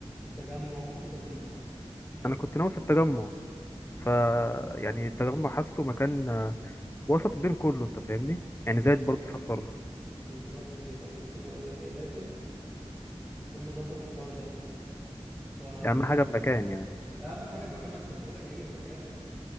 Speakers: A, in the centre; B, on the left.
A: تجمع في الحتت دي
B: انا كنت ناوي في التجمع ف يعني التجمع حاسه مكان آه، وسط بين كله انت فاهمني
A: بالظبط
B: يعني زايد برضه
A: كده
B: سفر
A: بالظبط كده عشان كده بقول لك ايه لازم تكون مظبط الحوار ده فبص
B: اهم حاجة
A: يا سيدي
B: المكان يعني
A: اهم حاجه المكان ما انت زبونك هيجي من المكان